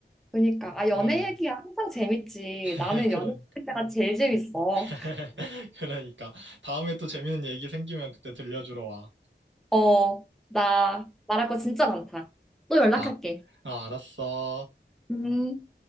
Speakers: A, in the centre; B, on the right.
A: 그러니까 아 연애
B: 음.
A: 얘기가 항상 재밌지.
B: <laughs>
A: 나는
B: 그러,
A: 연애 얘기 때가 제일 재밌어.
B: <laughs> 그러니까. 다음에 또 재밌는 얘기 생기면 그때 들려주러 와.
A: 어, 나 말할 거 진짜 많다. 또 연락할게.
B: 아, 아, 알았어.
A: 음.